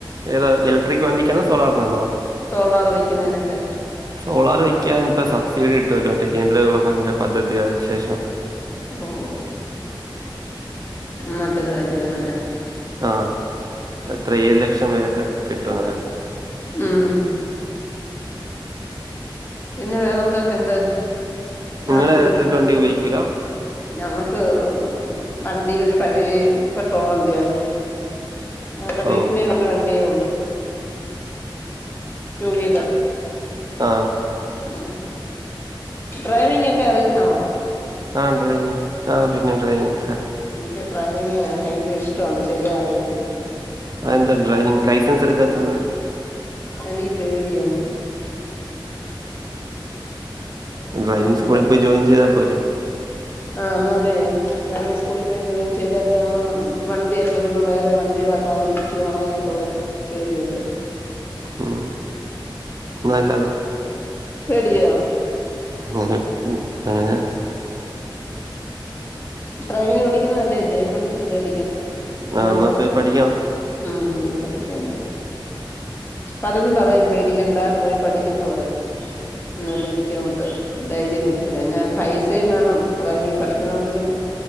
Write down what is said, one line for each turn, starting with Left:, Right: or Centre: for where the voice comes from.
Right: ഏതാ ഇലക്ട്രിക് വണ്ടിക്കാണോ സോളാറിനാണോ
Left: സോളാർ വെക്കുന്നതിനൊക്കെ
Right: സോളാർ വയ്ക്കാൻ ഇപ്പ സബ്സിഡി കിട്ടല്ലോ മറ്റേ കേന്ദ്ര ഗവൺമെന്റിന്റെ പദ്ധതി ശേഷം
Left: ഓഹ് നല്ലൊരു കാര്യാന്നല്ലേ
Right: ആഹ് എത്രേഴ് ലക്ഷം വരൊക്കെ കിട്ടുന്ന
Left: ഉംഉം പിന്നെ വേറെന്തൊക്കെണ്ട്
Right: നിങ്ങള്
Left: നാട്ടില്
Right: ഇലക്ട്രിക്
Left: വിശേഷം
Right: വണ്ടി ഉപയോഗിക്കൂല
Left: ഞങ്ങക്ക് വണ്ടി ഒരു പഴയേ പെട്രോൾ വണ്ടിയാണ് ഞങ്ങടെ വീട്ടിലേ
Right: ഓ
Left: ഒരു വണ്ടിയേ ഒള്ള്. ടൂ വിലറ്.
Right: ആഹ്
Left: ഉഹ്. ഡ്രൈവിങ്ങൊക്കെ അറിയുന്ന് ആണോ?
Right: ആഹ് ഡ്രൈയിങ്ങ് ആ പിന്നെ ഡ്രയിങ്ങ് ക്ക
Left: ഇൻക്ക് ഡ്രൈവിങ് ഭയങ്കര ഇഷ്ട്ടോണ് ചെയ്യാ അറിയത്തില
Right: അതെന്താ ഡ്രൈങ് ലൈസൻസെടുക്കാത്തത്?
Left: എനീ പേടിയാണ്.
Right: ഡ്രൈവിങ്
Left: പിന്നെ
Right: സ്കൂളിൽ പോയി ജോയിൻ ചെയ്താ പോരെ.
Left: ആഹ് ഇന്നാലെയ് ഡ്രൈവിങ് സ്കൂളിൽ പോയി ജോയിൻ ചെയ്താല്. ആഹ് വണ്ടിയൊക്കെ വരുമ്പോ വേറെ വണ്ടീകളൊക്കെ വന്ന് ഇടിക്കുവോ അങ്ങനെയൊക്കെള്ളൊരു പേടി ഉണ്ട്.
Right: ഉം നല്ലതാ.
Left: പേടിയോ?
Right: ഇങ്ങനെ പൂ അങ്ങനെ
Left: ഡ്രൈവിങ് ഒടിക്കുന്നതല്ലേ ജേപ്പൻ വിചാരിക്കും. പെണ്ണുങ്ങളെപ്പം.
Right: ആ എന്നാ പോയി പഠിക്കണം
Left: ഉം പഠിക്കാന്. പലരും പറയും പേടിക്കണ്ടാ പോയി പഠിക്കെന്ന് പറയും. ഇന്നിട്ടു ഇനിക്കങ്ങോട്ട് ധൈര്യം വരത്തില്ല. ഇന്നെ പൈസയും വേണം ഡ്രൈവിങ് പഠിക്കണെങ്കിലും.